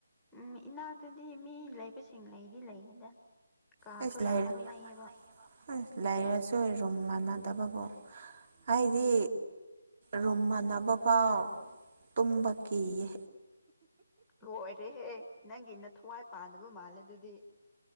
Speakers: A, in the centre; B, on the right.
A: ꯎꯝ ꯏꯅꯥꯛꯇꯗꯤ ꯃꯤ ꯂꯩꯕꯁꯤꯡ ꯂꯩꯗꯤ ꯂꯩꯌꯦꯗ ꯀꯥꯗꯣ
B: ꯑꯩꯁ
A: ꯌꯥꯝ
B: ꯂꯩꯔꯦ
A: ꯅꯪꯅꯩꯌꯦꯕ
B: ꯑꯁ <unintelligible> ꯔꯨꯝ ꯃꯥꯟꯅꯗꯕꯕꯨ ꯑꯩꯗꯤ ꯔꯨꯝꯃꯟꯅꯅꯕꯐꯥꯎ ꯇꯨꯝꯕ ꯀꯤꯌꯦ
A: ꯂꯣꯏꯔꯦꯍꯦ ꯅꯪꯒꯤꯅ ꯊꯋꯥꯏ ꯄꯥꯟꯕꯅꯕ ꯃꯥꯜꯂꯦ ꯑꯗꯨꯗꯤ